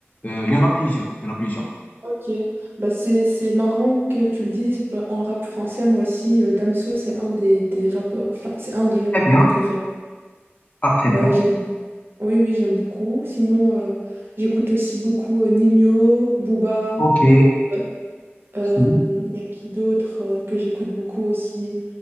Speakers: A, on the left (about 40°); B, on the right (about 55°).
A: Euh, Il y en a plusieurs, il y en a plusieurs.
B: ok. Bah, c'est, c'est marrant que tu le dises. Bah, en rap français, moi aussi, euh, Damso, c'est un des, des rappeurs, enfin, c'est un de mes rappeurs
A: Très bien,
B: préférés.
A: ah, très bien.
B: Euh, j'aime Oui, oui, j'aime beaucoup. Sinon, euh, j'écoute aussi beaucoup euh, Ninho, Booba.
A: Ok.
B: euh, euh,
A: Si.
B: Il y a qui d'autre euh, que j'écoute beaucoup aussi.